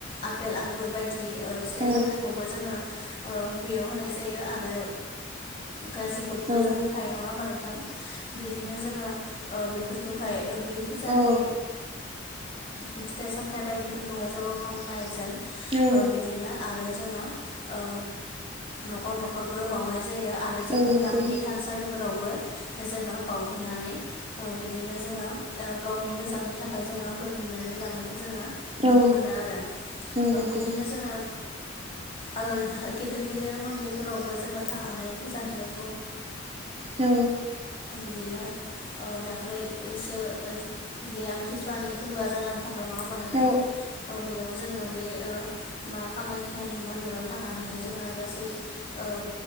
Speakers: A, on the left; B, on the right.
A: आफेल आंगुर बायदि फिथाइ
B: औ
A: सामथायखौबो जोङो ओ बेयाव होनाय जायो आरो गाजिखौबोथ'
B: औ
A: जों होखायो नङा होमबा नोंथां? बिदिनो जोङो ओ बेफोरखौहाय बे फुजानि
B: औ
A: फिथाइ सामथाइ बायदिफोरखौहाय ज' खालामनायजों ओ
B: औ
A: बिदिनो आरो जोङो ओ न'खर न'खरबो बावनाय जायो आरो जोङो
B: औ नंगौ
A: गामिनि थानसालिफोरावबो जोङो बावहैनानै ओ बिदिनो जोङो ओ गावनि मोजांनि थाखाय जोङो बोरै बिनानै लानायखौ जोङो नुनो
B: औ
A: मोनो आरो
B: औ नंगौ
A: बिदिनो जोङो ओ गिदिर गिदिर मन्दिरफोरावबो जोङो थांनानै फुजा हैनाय
B: औ
A: बिदिनो दाखाै ओमफ्रायसो बे आमथिसुवानि फोरबोआ जानानै थांबाय नङा होनबा नोंथां
B: औ नंगौ औ
A: बेयाव जोंङो बे ओ मा मन्दिराव थांनानैहाय जोङो गासै ओ